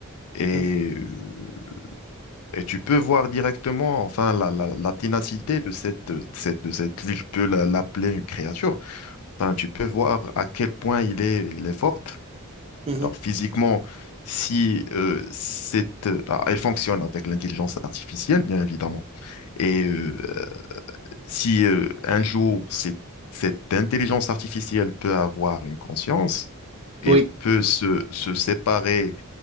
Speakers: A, on the left (about 80°); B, on the right (about 25°).
A: et,
B: mhm,
A: euh, et tu peux voir directement enfin la, la, la ténacité de cette, cette, de cette, je peux la- l'appeler une créature. Enfin, tu peux voir à quel point il est, il est forte.
B: mhm.
A: Alors physiquement, si euh, cette euh, ah, elle fonctionne avec l'intelligence artificielle, bien évidemment. Et euh, si euh, un jour cette, cette intelligence artificielle peut avoir une conscience et
B: Oui.
A: peut se, se séparer